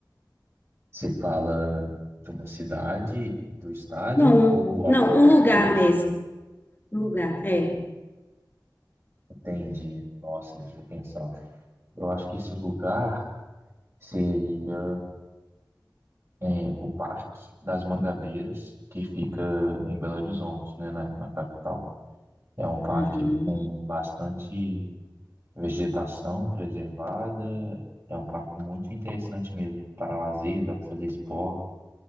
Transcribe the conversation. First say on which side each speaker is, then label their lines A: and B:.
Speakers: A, on the right (about 35°); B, on the left (about 25°).
A: Se fala de uma cidade, do estado
B: Não,
A: ou algum
B: não,
A: ponto
B: um lugar
A: turístico.
B: mesmo. Um lugar, é.
A: Entendi. Nossa, deixa eu pensar. Eu acho que esse lugar seria é, o Parque das Mangabeiras, que fica em Belo Horizonte, né, na, na capital. É um parque
B: Uhum.
A: com bastante vegetação preservada, é um parque muito interessante mesmo, para lazer, dá para fazer esporte,